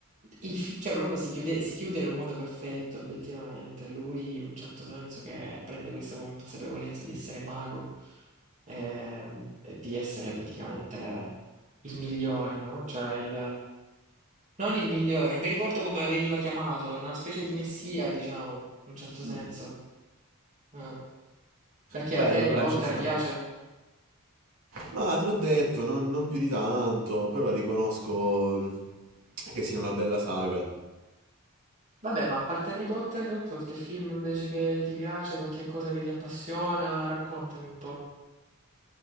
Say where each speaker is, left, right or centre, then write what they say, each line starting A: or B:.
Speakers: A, on the right (about 35°); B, on the right (about 65°).
A: il fi- cioè proprio si chiude, si chiude in un modo perfetto, obiettivamente, lui in un certo senso che prende questa consapevolezza di essere mago ehm, e di essere praticamente il migliore, no? Cioè il... non il migliore, non mi ricordo come veniva chiamato, una specie di messia, diciamo, in un certo
B: Mm.
A: senso. Eh, Perché
B: Bello,
A: a te Harry
B: dai,
A: Potter
B: ci sta.
A: piace?
B: Ma te l'ho detto, non, non più di tanto, però riconosco che sia una bella saga.
A: Vabbè, ma a parte Harry Potter, qualche film invece che ti piace, qualche cosa che ti appassiona, raccontami un po'.